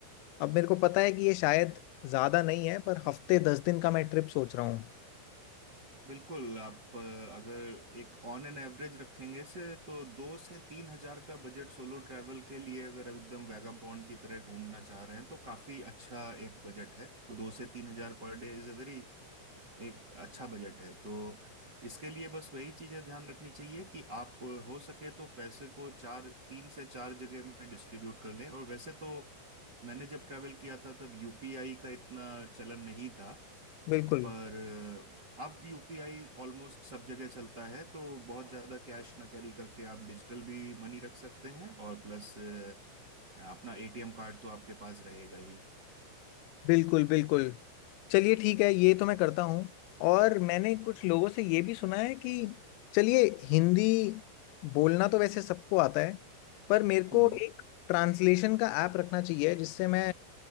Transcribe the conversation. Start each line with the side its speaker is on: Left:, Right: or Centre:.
Left: अब मेरे को पता है कि ये शायद ज्यादा नहीं है पर हफ्ते दस दिन का मैं ट्रिप सोच रहा हूँ
Right: बिल्कुल आप अ, अगर एक ऑन एन एवरेज रखेंगे से तो दो से तीन हजार का बजट सोलो ट्रैवल के लिए अगर आप एकदम वैगाबॉन्ड की तरह घूमना चाह रहे हैं तो काफी अच्छा एक बजट है दो से तीन हजार per day is a very एक अच्छा बजट है तो इसके लिए बस वही चीजें ध्यान रखनी चाहिए कि आप अ, हो सके तो पैसे को चार तीन से चार जगह में डिस्ट्रीब्यूट कर लें और वैसे तो मैंने जब ट्रैवल किया था तब यूपीआई का इतना चलन नहीं था
Left: बिल्कुल
Right: पर अ, अब यूपीआई ऑलमोस्ट सब जगह चलता है तो बहुत ज्यादा कैश ना कैरी करके आप डिजिटल भी मनी रख सकते हैं और प्लस अ, अपना एटीएम कार्ड तो आपके पास रहेगा ही
Left: बिल्कुल बिल्कुल चलिए ठीक है ये तो मैं करता हूँ और मैंने कुछ लोगों से ये भी सुना है कि चलिए हिंदी बोलना तो वैसे सबको आता है पर मेरे को
Right: हम्म
Left: एक ट्रांसलेशन का ऐप रखना चाहिए जिससे मैं